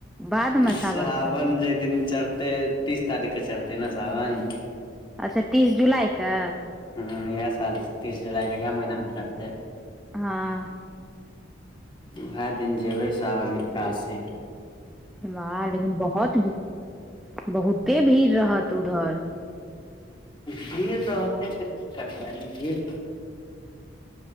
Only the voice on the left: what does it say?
सावन
जाहि दिन चढ़तै तीस तारीखके चढ़तै ने सावन?
हँ इएह साल छै तीस जुलाइके इएह महीनामे चढ़तै
उएह दिन जेबै सावन मे कासी
भीड़ रहतै त कि करबै भीड़